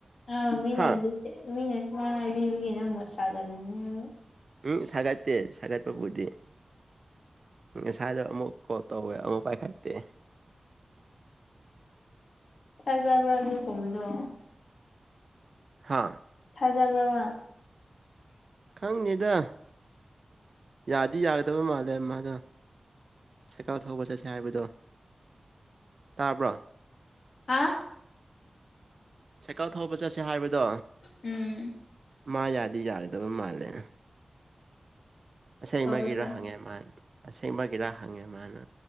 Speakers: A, on the left; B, on the right.
A: ꯑꯥ ꯃꯤꯅ
B: ꯍꯥ
A: ꯑꯗꯨꯁꯦ ꯃꯤꯅ ꯋꯥ ꯍꯥꯏꯕꯤꯕꯒꯤ ꯅꯪ ꯃꯨꯠ ꯁꯥꯒꯜꯂꯤꯅꯦ ꯍꯥꯏꯕ
B: ꯎꯝ ꯁꯥꯒꯠꯇꯦ ꯁꯥꯒꯠꯄꯕꯨꯗꯤ ꯉꯁꯥꯏꯗ ꯑꯃꯨꯛ ꯀꯣꯜ ꯇꯧꯋꯦ ꯑꯃꯨꯛ ꯄꯥꯏꯈꯠꯇꯦ
A: ꯐꯖꯕ꯭ꯔꯥ ꯑꯗꯨꯒꯨꯝꯕꯗꯣ
B: ꯍꯥꯥ
A: ꯐꯖꯕ꯭ꯔꯥꯕ
B: ꯈꯪꯅꯤꯗ ꯌꯥꯗꯤ ꯌꯥꯒꯗꯕ ꯃꯥꯜꯂꯦ ꯃꯥꯗꯣ ꯁꯦꯛꯀꯜ ꯊꯧꯕ ꯆꯠꯁꯦ ꯍꯥꯏꯕꯗꯣ ꯇꯥꯕ꯭ꯔꯣ
A: ꯍꯥ
B: ꯁꯥꯏꯀꯜ ꯊꯧꯕ ꯆꯠꯁꯦ ꯍꯥꯏꯕꯗꯣ
A: ꯎꯝ
B: ꯃꯥ ꯌꯥꯗꯤ ꯌꯥꯒꯗꯕ ꯃꯥꯜꯂꯦ ꯑꯁꯦꯡꯕꯒꯤꯔ
A: ꯇꯧꯕ ꯆꯠ
B: ꯍꯪꯉꯦ ꯃꯥꯅ ꯑꯁꯦꯡꯕꯒꯤꯔ ꯍꯪꯉꯦ ꯃꯥꯅ